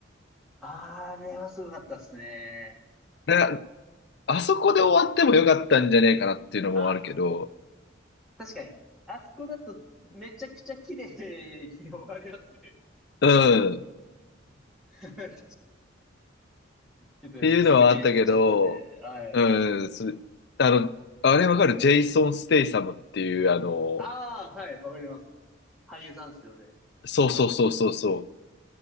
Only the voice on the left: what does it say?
な、あそこで終わってもよかったんじゃねえかなっていうのもあるけど、
うん、っ
ていうのはあったけど、
うん、す、あの、あれわかるジェイソン・ステイサムっていう、あの、
そうそうそうそうそ